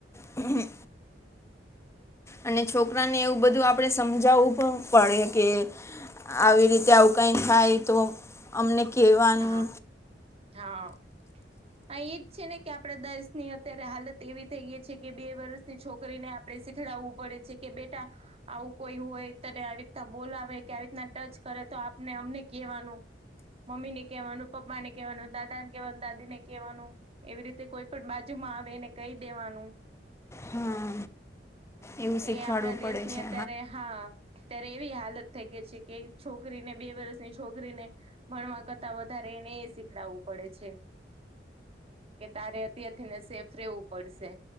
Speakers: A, on the left (about 15°); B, on the right (about 35°).
A: હા. અને છોકરાને એવું બધું આપણે સમજાવવું પણ પડે કે આવી રીતે આવ કંઈ થાય તો અમને કેવાનું.
B: હા હા. હા ઈજ છે ને, કે આપડા દેશ ની અત્યારે હાલત એવી થઈ ગઈ છે કે બે વર્ષની છોકરીને આપ પણે શીખડાવું પડે છે કે બેટા આવું કોઈ હોય, તને આવી રીતના બોલાવે, કે આવી રીતના ટચ કરે તો આપને અમને કહેવાનું. મમ્મીને કહેવાનું, પપ્પાને કહેવાનું, દાદાને કહેવાનું, દાદી ને કહેવાનું, એવી રીતે કોઈ પણ બાજુમાં આવે એને કહી દેવાનું.
A: હા એવું શીખવાડવું
B: એ આપડા દેશ
A: પડે
B: ની
A: છે
B: અત્યારે હા અત્યારે એવી હાલત થઈ ગઈ છે કે છોકરીને બે વર્ષની છોકરીને ભણવા કરતાં વધારે એને એ શીખડાવવું પડે છે. કે તારે અત્યારથી ને સેફ રેવું પડશે.